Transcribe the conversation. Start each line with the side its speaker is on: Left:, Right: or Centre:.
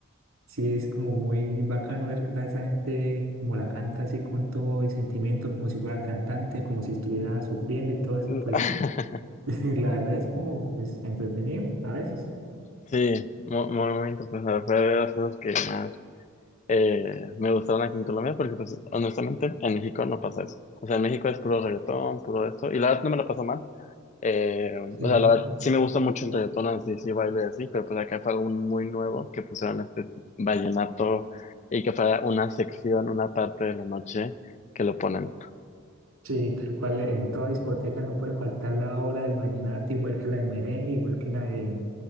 Right: sí es como muy bacano ver a esa gente como la canta así con todo el sentimiento, como si fuera el cantante, como si estuviera sufriendo y todo eso,
Left: <laughs>
Right: pues <laughs> la verdad es como pues, entretenido a veces.
Left: Sí, mu- muy, muy, interesante. Fue de las cosas que más eh, me gustaron aquí en Colombia, porque pues, honestamente en México no pasa eso. O sea, en México es puro reggaetón, puro esto, y la verdad no me la paso mal. Eh,
Right: Sí,
Left: o sea, la verdad, sí me gusta mucho el reggaetón, así, sí baile y así, pero pues acá fue algo muy nuevo que pusieron este vallenato y que fue una sección, una parte de la noche que lo ponen.
Right: sí, tal cual eh, en toda discoteca no puede faltar la hora del vallenato, igual que la del merengue, igual que la de